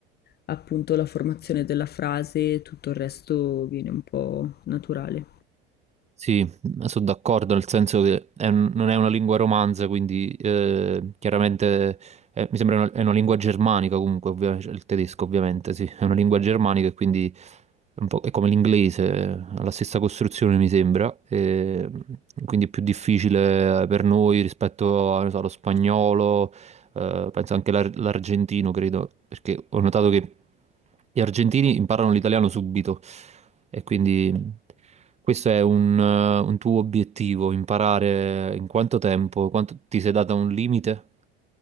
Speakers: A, on the left (about 35°); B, on the right (about 20°).
A: appunto la formazione della frase, tutto il resto viene un po' naturale.
B: Sì, sono d'accordo, nel senso che è un- non è una lingua romanza, quindi eh, chiaramente è- mi sembra una, è una lingua germanica comunque, ovvia- cioè il tedesco ovviamente, sì, è una lingua germanica e quindi è, un po', è come l'inglese, ha la stessa costruzione mi sembra, e quindi è più difficile per noi rispetto a, non so, allo spagnolo eh, penso anche l'ar- l'argentino, credo, perché ho notato che gli argentini imparano l'italiano subito e quindi questo è un, eh, un tuo obiettivo, imparare in quanto tempo, quanto ti sei data un limite